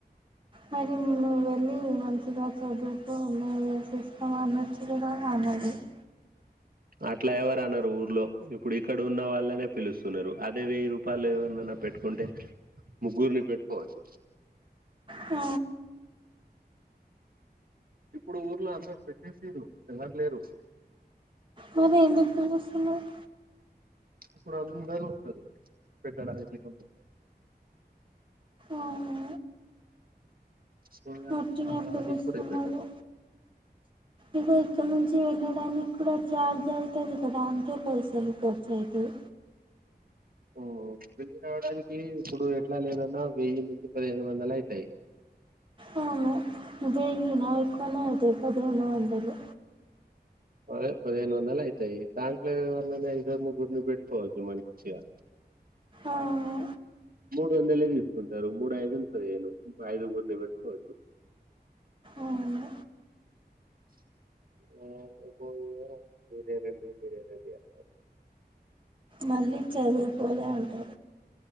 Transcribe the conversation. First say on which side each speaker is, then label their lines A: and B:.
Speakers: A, on the right; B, on the right.
A: మరి నువ్వు వెళ్ళి మంచిగా చదువుతు మేము వేసేస్తాం అనోచ్చు కదా అనది <inaudible>
B: అట్లా ఎవరూ అనరు ఊర్లో ఇప్పుడు ఇక్కడ ఉన్న వాళ్ళనే పిలుస్తున్నరు అదే వెయ్యి రూపాయలు ఎవన్నా పెట్టుకుంటే ముగ్గురిని పెట్టుకోవచ్చు
A: హు
B: ఇప్పుడు ఊర్లో అందరు పెట్టేసిరు ఎవరు లేరు
A: మరి ఎందుకు తెలుస్తున్నది
B: అప్పుడు అందరూ వస్తరు పెట్టడానికి కొంచెం
A: అవును
B: <unintelligible>
A: వట్టిగా పిలుస్తున్నారు
B: అది ఇప్పుడే పెట్టరు
A: ఇగో ఇక్కడ నుంచి వెళ్ళడానికి కూడా ఛార్జ్ అయితది కదా అంతే పైసలు ఖర్చు అయితయి
B: ఉ పెట్టినవాటికి ఇప్పుడు ఎట్లా లేదన్న వెయ్యి నుంచి పదిహేను వందలు అయితయి
A: అవును దీని నాయి ఎక్కువనేయితయి పదిహేను వందలు
B: అదే పదిహేన్ వందలు అయితయి దాంట్లో ఎవర్నైనా ఇద్దరు ముగ్గురిని బెట్టుకోవచ్చు మంచిగా
A: అవును
B: మూడు వందలే తీసుకుంటరు మూడు ఐదులు పదిహేను ఐదుగురిని పెట్టుకోవచ్చు
A: అవును
B: <unintelligible> ఆ నీకు ఇగ మిరే రండి మిరే రండి అంటరు
A: మళ్ళీ చదువుకోలే అంటది